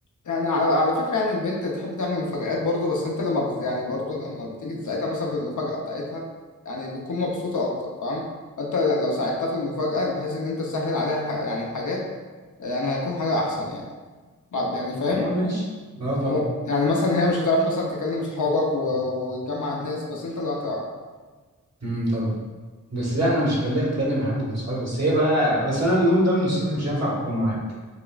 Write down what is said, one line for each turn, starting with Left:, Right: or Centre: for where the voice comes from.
Left: يعني على على فكرة يعني البنت تحب تعمل مفاجآت برضه بس انت لما بت... يعني برضه لما بتيجي تساعدها مثلا في المفاجأة بتاعتها يعني بتكون مبسوطة أكتر فاهم؟ فانت لو ساعدتها في المفاجأة بحيث إن أنت تسهل عليها ح... يعني حاجات آه، يعني هيكون حاجة أحسن يعني بعد- يعني فاهم؟
Right: اه ماشي اه طبعا
Left: يعني يعني مثلا هي مش هتعرف مثلا تكلم صحابك و... وتجمع الناس بس أنت اللي هتعرف
Right: امم طبعا بس لا
Left: فاهم؟
Right: انا مش هخليها اتكلم حد من صحابي بس هي بقى بس انا اليوم ده من الصبح مش هينفع اكون معاك